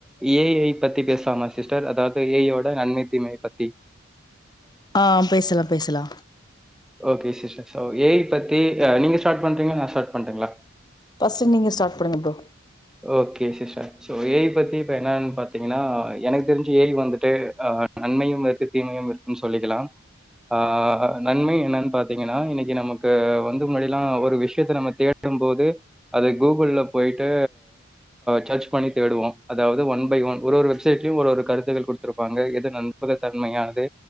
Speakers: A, in the centre; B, on the left.
A: ஏ ஐ பத்தி பேசலாமா சிஸ்டர் அதாவது ஏ ஐயோட நன்மை தீமை பத்தி
B: ஆ பேசுலா பேசுலா
A: ஓகே சிஷ் <unintelligible> ஒ ஏஇ பத்தி நீங்க ஸ்டாட் பண்றீங்ளா நா ஷாட் பண்டுங்ளா
B: ஃபஸ்டு நீங்க ஸ்டாட் பண்னுங்க ப்ரோ
A: ஓகே சிஷ சோ ஏஇ பத்தி இப்ப என்னான் பாத்தீங்னா எனக் தெரிஞ் ஏஇ வந்துட்டு அ நன்மையும் இருக்கு தீமையும் இருக்குன் சொல்லிக்லா அ நன்மையு என்னன் பாத்தீங்கனா இன்னக்கி நமக்கு வந்து முன்னடிலா ஒரு விஷ்யத்த நம்ம தேடும் போது அது கூகுள்ள போயிட்டு சர்ச் பண்ணி தேடுவோ அதாவது ஒன் பை ஒன் ஒரு ஒரு வெப்சைட்யு ஒரு ஒரு கருத்துகள் குடுத்துருப்பாங்க எது நம்பகதன்மயானது